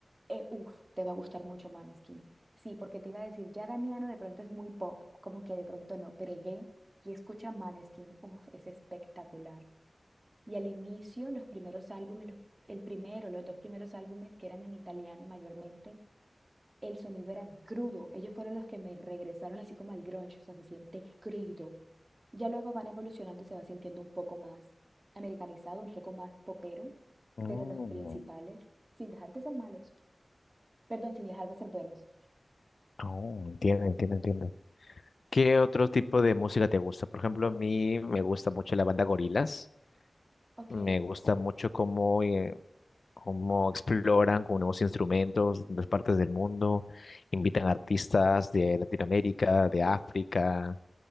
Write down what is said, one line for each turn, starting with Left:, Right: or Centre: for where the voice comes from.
Right: Eh, uf, te va a gustar mucho Maneskin. Sí, porque te iba a decir, ya Damiano de pronto es muy pop, como que de pronto no, pero ve y escucha Maneskin. Uf, es espectacular. Y al inicio, los primeros álbumes, los- el primero, los dos primeros álbumes que eran en italiano mayormente, el sonido era crudo. Ellos fueron los que me regresaron así como al grunge, o sea, se siente crudo. Ya luego van evolucionando y se va sintiendo un poco más americanizado, un poco más popero,
Left: Oh,
Right: pero los principales, sin dejar de ser malos. Perdón, sin dejar de ser buenos.
Left: oh, entiendo, entiendo, entiendo. ¿Qué otro tipo de música te gusta? Por ejemplo, a mí me gusta mucho la banda Gorilas.
Right: Ok.
Left: Me gusta mucho cómo, eh, cómo exploran con nuevos instrumentos de las partes del mundo. Invitan artistas de Latinoamérica, de África,